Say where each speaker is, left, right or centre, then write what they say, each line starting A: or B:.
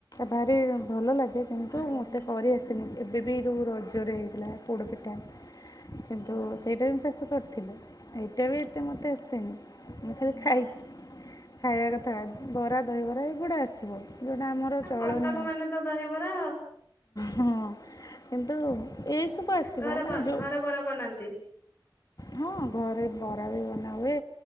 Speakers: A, on the left; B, on the left.
A: ଭାରି ଭଲ ଲାଗେ କିନ୍ତୁ
B: ହୁଁ
A: ମତେ କରି ଆସିିନି ଏବେ ଵି। ବିରୁ ରଜରେ ହେଇଥିଲା ପୋଡ଼ପିଠା କିନ୍ତୁ
B: ହୁଁ
A: ସେଇଟା ବିଁ ଶେଷ। ଥିଲେ, ଏଇଟା ବି ଏତେ ମୋତେ ଆସେନି ମୁଁ
B: ହୁଁ
A: ଖାଲି ଖାଇଛି। ଖାଇବା କଥା ବରା, ଦହିବରା ଏଇଗୁଡା ଆସିବ। ଯୋଉଟା ଆମର ଚଳଣି
B: କଟକ
A: ଆଉ
B: ମାନେ ତ ଦହିବରା
A: ହଁ। କିନ୍ତୁ ଏସବୁ ଆସିବ
B: ଘର
A: ମାନେ
B: ପା
A: ଯେଉଁ
B: ଘର ବରା ବନାନ୍ତି?
A: ହଁ, ଘରେ ବରା ବି ବନାହୁଏ